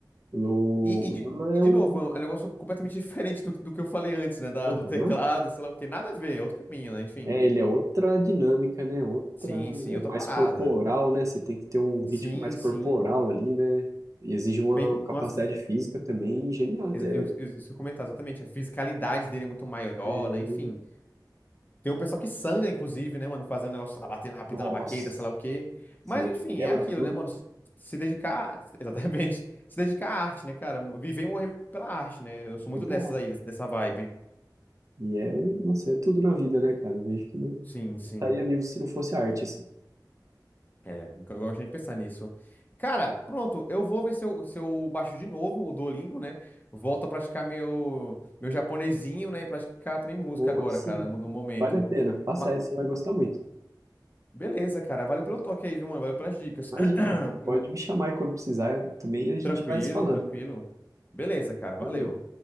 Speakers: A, on the right; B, on the left.
A: O,
B: E, e, de,
A: o Dan
B: e
A: é
B: de
A: o.
B: novo, é um é um negócio completamente <laughs> diferente do, do que eu falei antes, né? Da,
A: Aham.
B: do teclado, sei lá o quê. Nada a ver, é outro caminho, né? Enfim.
A: É, ele é outra dinâmica, né? Outra,
B: Sim, sim,
A: é
B: outra
A: mais
B: parada.
A: corporal, né? Você tem que ter um ritmo
B: Sim,
A: mais corporal
B: sim.
A: ali, né? E exige uma
B: Bem,
A: capacidade
B: uma, f-
A: física também genial.
B: eu,
A: É,
B: eu, eu, se eu comentar exatamente, a fisicalidade dele é muito maior,
A: é,
B: né? Enfim. Tem um pessoal que sangra, inclusive, né, mano? Fazendo negócio lá, batendo rapidão
A: nossa,
B: na baqueta, sei lá o quê.
A: sim,
B: Mas, enfim,
A: quebra
B: é aquilo,
A: tudo.
B: né, mano? Se dedicar, exatamente, <laughs> se dedicar à arte, né, cara? Viver e morrer pela arte, né? Eu sou muito
A: Exato.
B: dessas aí, dessa vibe.
A: E é, nossa, é tudo na vida, né, cara? Eu vejo que não
B: Sim, sim.
A: estaria vivo se não fosse arte, assim.
B: É, eu gosto de gente pensar nisso. Cara, pronto, eu vou ver se eu, se eu baixo de novo o Duolingo, né? Volto a praticar meu, meu japonesinho, né? E praticar também música
A: Ou
B: agora,
A: aí sim,
B: cara, no, no momento.
A: vale a pena. Faça
B: Ma-
A: essa, você vai gostar muito.
B: beleza, cara. Valeu pelo toque aí, viu, mano? Valeu pelas dicas.
A: Imagina,
B: <clears throat>
A: pode me chamar aí quando precisar também, a gente
B: Tranquilo,
A: vai se falando.
B: tranquilo. Beleza, cara,
A: Valeu.
B: valeu.